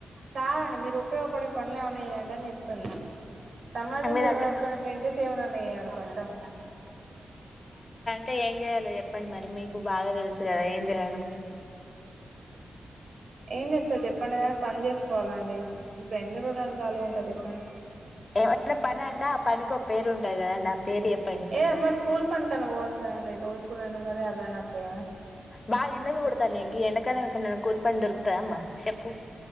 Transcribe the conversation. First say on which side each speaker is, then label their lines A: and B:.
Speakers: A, on the right (about 60°); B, on the left (about 35°).
A: కాదండి మీరు ఉపయోగపడే పనులు ఏమన్న చేయండి అని చెప్తున్నా సమాజ
B: మీ
A: సేవ
B: దగ్గర
A: కాకపోయినా ఇంటి సేవలన్నసెయ్యండి కొంచెం
B: తే ఏం చేయలో చెప్పండి మరి మీకు బాగా తెలుసు కదా ఏం చేయలో
A: ఏ జేస చెప్పన్డి ఎద ప చేస్తు కోవాలండి ఇప్పుడు ఎన్ని రోజులు ఖాలీ ఉంటుర్ చెప్ప క్కని
B: ఏమంటే పని అంట ఆ పనికి ఒక పేరు ఉంటాది కదండి పేరు చెప్పండి కొంచెం
A: ఏ అమరి స్కూల్ ప కన పోవచ్చ అండి రోజ ప రేభనా అత్త కద
B: బాగా ఎండలు కొడాలి గి ఎండాకాలం ఎక్కడన కూల్ పని దొరుకుతద అమ్మా చెప్పు